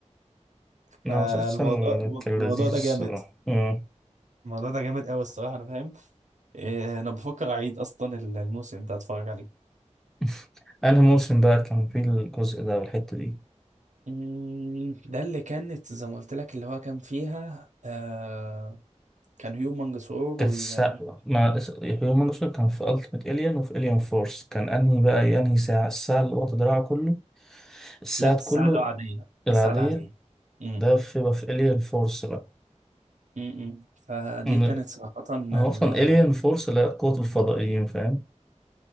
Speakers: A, on the right; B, in the centre.
A: فالموضوع
B: ده مسلسل كان
A: الموضوع
B: لذيذ
A: ده
B: الصراحة
A: جامد
B: امم
A: الموضوع ده جامد قوي الصراحه انا فاهم آه، انا بفكر اعيد اصلا الموسم ده اتفرج عليه
B: <laughs> انهي موسم بقى كان فيه الجزء ده والحتة دي
A: مم، ده اللي كانت زي ما قلت لك اللي هو كان فيها آه كان هيوم منجسور
B: كانت
A: وال-
B: الساعة ما هيومن جوسل كان في ألتيميت إليان وفي إليان فورس كان أنهي بقى أنهي ساعة الساعة اللي واخدة دراعه كله الساعة
A: لا الساعة
B: كله
A: العادية
B: العادية
A: الساعة العادية مم.
B: ده في بقى في إليان فورس بقى
A: مم، مم. فدي
B: إن-
A: كانت صراحة ال-
B: هو أصلا إليان فورس اللي هي قوة الفضائيين فاهم